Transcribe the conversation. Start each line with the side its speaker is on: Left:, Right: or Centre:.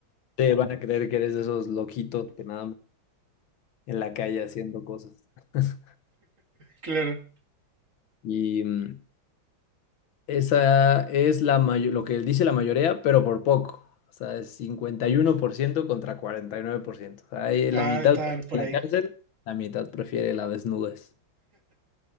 Left: Te van a creer que eres de esos loquitos que nada más en la calle haciendo cosas. <laughs>
Right: Claro.
Left: Y mm, esa es la mayo- lo que dice la mayoría, pero por poco. O sea, es 51% contra 49%. O sea, hay
Right: Ah,
Left: la mitad
Right: estaban
Left: en
Right: por
Left: la
Right: ahí.
Left: cárcel, la mitad prefiere la desnudez.